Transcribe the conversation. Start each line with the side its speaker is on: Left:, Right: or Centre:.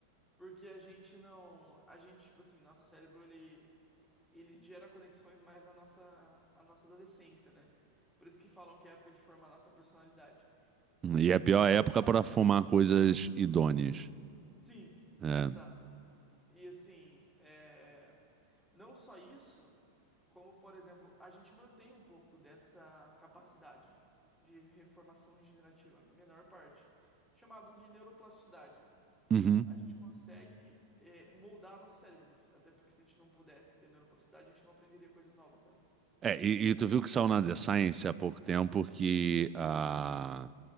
Centre: Porque a gente não, a gente, tipo assim, nosso cérebro, ele, ele gera conexões mais na nossa, a nossa adolescência, né? Por isso que falam que é a época de formar a nossa personalidade.
Right: E é a pior época
Centre: Só
Right: pra
Centre: que
Right: fumar coisas idôneas.
Centre: Sim,
Right: É.
Centre: exato. E assim, é, não só isso, como, por exemplo, a gente mantém um pouco dessa capacidade de reformação regenerativa, menor parte, chamado de neuroplasticidade.
Right: Uhum.
Centre: A gente consegue é, moldar nosso cérebro, porque- até porque se a gente não pudesse ter neuroplasticidade, a gente não aprenderia coisas novas, sabe?
Right: É, e, e tu viu que saiu na The Science há pouco tempo que ah,